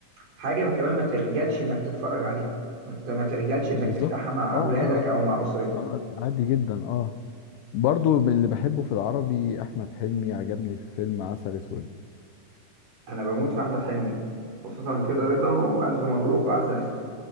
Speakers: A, on the right; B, on the left.
A: حاجة كمان ما تخجلش انك تتفرج عليه ما ت- ما تخجلش
B: بالظبط
A: انك تفتحها مع
B: آه
A: اولادك
B: آه
A: او مع اسرتك
B: آه آه، عادي جدا آه برضو من اللي بحبه في العربي أحمد حلمي عجبني في فيلم عسل أسود
A: انا بموت في احمد حلمي خصوصا كده رضا والف مبروك وعسل اسود